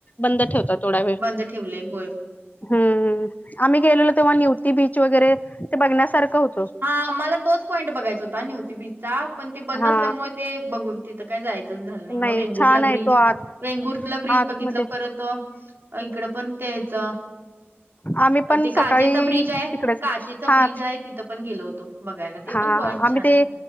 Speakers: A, on the left; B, on the right.
A: बंद ठेवतांत थोडां वेळं
B: बंद ठेवले होय.
A: हम्मं आम्ही गेलेलो तेंव्हा नियुक्ती बीचं वगैरें ते बघण्यांसांरखं होतं
B: हां मलां तोच पॉईंट बघायचं होतां नवं होहती बीचचां पणं तो बंद
A: हा
B: असल्यांमुळे ते बघूंन तिथं कायं जायचंच झालं नाहीं मंग
A: नाही
B: वेंगूरला
A: छान आहे
B: ब्रिज
A: तो आत
B: वेंगुरला ब्रिज
A: आतमध्ये
B: बघितलं परंत इकडं पणं त्यांयचं
A: आम्ही पण
B: ते
A: सकाळी
B: काचेचां ब्रिज आहे
A: तिकडेच
B: काचेचां
A: हा
B: ब्रिज आहे तिथं पणं गेलो होतो बघायलां ते
A: हा
B: पणं पॉइंट
A: आम्ही
B: छान
A: ते
B: आहे